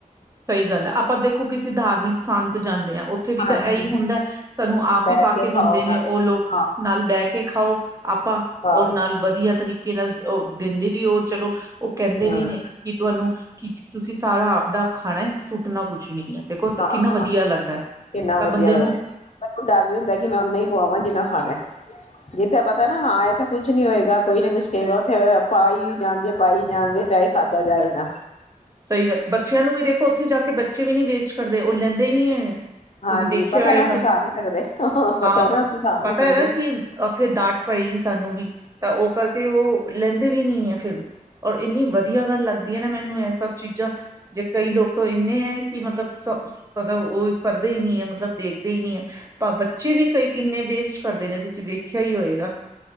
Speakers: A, on the right; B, on the left.
A: ਸਹੀ ਗੱਲ ਹੈ। ਆਪਾਂ ਦੇਖੋ ਕਿਸੇ ਧਾਰਮਿਕ ਸਥਾਨ ਤੇ ਜਾਂਦੇ ਹਾਂ। ਉੱਥੇ ਵੀ
B: ਹਾਂਜੀ
A: ਤਾਂ ਇਹੀ ਹੁੰਦਾ ਸਾਨੂੰ ਆਪ
B: ਬੈਠ
A: ਹੀ ਪਾ ਕੇ
B: ਖਾਓ
A: ਦਿੰਦੇ
B: ਨਾਲੇ
A: ਨੇ ਉਹ ਲੋਕ
B: ਹਾਂ
A: ਨਾਲ ਬਹਿ ਕੇ ਖਾਓ। ਆਪਾਂ
B: ਹਾਂ
A: ਉਹਨਾਂ ਨਾਲ ਵਧੀਆ ਤਰੀਕੇ ਨਾਲ ਉਹ, ਦਿੰਦੇ ਵੀ ਉਹ ਚਲੋ, ਉਹ ਕਹਿੰਦੇ
B: ਹਮ
A: ਵੀ ਨੇ ਕਿ ਤੁਹਾਨੂੰ ਕੀ, ਤੁਸੀਂ ਸਾਰਾ ਆਪਦਾ ਖਾਣਾ ਹੈ ਸੁੱਟਣਾ ਕੁਛ ਨੀ ਹੈ ਦੇਖੋ ਸ-
B: ਹਾਂ!
A: ਕਿੰਨਾ ਵਧੀਆ ਲੱਗਦਾ ਹੈ।
B: ਕਿੰਨਾ
A: ਤਾਂ
B: ਵਧੀਆ
A: ਬੰਦੇ
B: ਲੱਗਦਾ।
A: ਨੂੰ
B: ਮੈਨੂੰ ਡਰ ਵੀ ਹੁੰਦਾ ਕਿ ਮੈਂ ਓਨਾ ਹੀ ਪਆਵਾਂ ਜਿੰਨਾ ਖਾਣਾ। ਜਿੱਥੇ ਪਤਾ ਨਾ ਹਾਂ ਇੱਥੇ ਕੁਛ ਨੀ ਹੋਏਗਾ, ਕੋਈ ਨੀ ਕੁਛ ਕਹੇਗਾ, ਉੱਥੇ ਪਾ ਹੀ ਜਾਣਗੇ ਪਾਈ ਜਾਣਗੇ ਚਾਹੇ ਖਾਧਾ ਜਾਏ ਨਾ।
A: ਸਹੀ ਗੱਲ। ਬੱਚਿਆਂ ਨੂੰ ਵੀ ਦੇਖੋ, ਉੱਥੇ ਜਾ ਕੇ ਬੱਚੇ ਵੀ ਨੀ ਵੇਖ ਕੁ ਕਰਦੇ। ਉਹ ਲੈਂਦੇ ਹੀ ਨਹੀ ਹੈਗੇ।
B: ਹਾਂਜੀ
A: ਤੁਸੀਂ ਦੇਖਿਆ
B: ਪਤਾ
A: ਹੋਏਗਾ।
B: ਨਾ ਅਸੀਂ ਖਾ ਨੀ ਸਕਦੇ ਪਤਾ
A: ਹਾਂ!
B: ਨਾ ਅਸੀਂ ਖਾ
A: ਪਤਾ
B: ਨੀ ਸਕਦੇ
A: ਹੈ ਨਾ ਕਿ ਉੱਥੇ ਡਾਂਟ ਪਏਗੀ ਸਾਨੂੰ ਵੀ ਤਾਂ ਉਹ ਕਰਕੇ ਉਹ ਲੈਂਦੇ ਵੀ ਨੀ ਹੈ। ਫਿਰ, ਔਰ ਇੰਨੀ ਵਧੀਆ ਗੱਲ ਲੱਗਦੀ ਹੈ ਨਾ ਮੈਨੂੰ ਇਹ। ਸਭ ਚੀਜ਼ਾਂ ਜੇ ਕਈ ਲੋਕ ਤਾਂ ਇੰਨੇ ਹੈ, ਕਿ ਮਤਲਬ, ਸ ਮਤਲਬ ਉਹ ਕਰਦੇ ਹੀ ਨਹੀ ਹੈ, ਮਤਲਬ ਦੇਖਦੇ ਹੀ ਨਹੀ ਹੈ, ਤੇ ਬੱਚੇ ਵੀ ਕਈ ਕਿੰਨੇ ਵੇਸਟ ਕਰਦੇ ਨੇ ਤੁਸੀਂ ਵੇਖਿਆ ਹੀ ਹੋਏਗਾ।